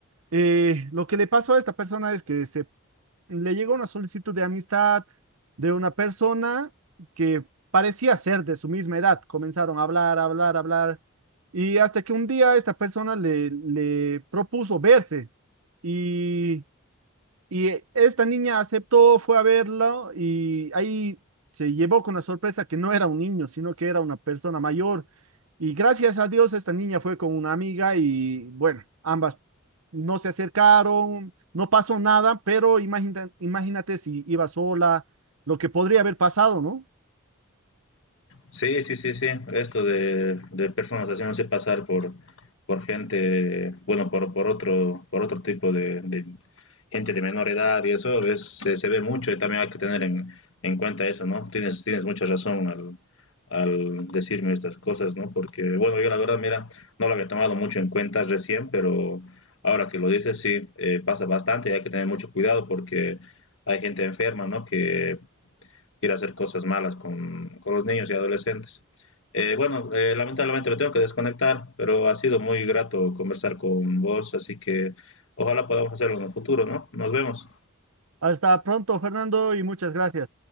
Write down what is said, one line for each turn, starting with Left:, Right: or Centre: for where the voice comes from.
Right: Eh, lo que le pasó a esta persona es que se, le llegó una solicitud de amistad de una persona que parecía ser de su misma edad. Comenzaron a hablar, hablar, hablar. Y hasta que un día esta persona le, le propuso verse. Y y eh, esta niña aceptó, fue a verlo y ahí se llevó con la sorpresa que no era un niño, sino que era una persona mayor. Y gracias a Dios esta niña fue con una amiga y bueno, ambas no se acercaron, no pasó nada, pero imagina- imagínate si iba sola, lo que podría haber pasado, ¿no?
Left: Sí, sí, sí, sí. Esto de, de personas haciéndose pasar por, por gente, bueno, por, por otro, por otro tipo de, de gente de menor edad y eso es, se, se ve mucho y también hay que tener en, en cuenta eso, ¿no? Tienes, tienes mucha razón al, al decirme estas cosas, ¿no? Porque, bueno, yo la verdad, mira, no lo había tomado mucho en cuenta recién, pero ahora que lo dices, sí, eh, pasa bastante y hay que tener mucho cuidado porque hay gente enferma, ¿no? Que quiere hacer cosas malas con, con los niños y adolescentes. Eh, bueno, eh, lamentablemente me tengo que desconectar, pero ha sido muy grato conversar con vos, así que ojalá podamos hacerlo en el futuro, ¿no? Nos vemos.
Right: Hasta pronto, Fernando, y muchas gracias.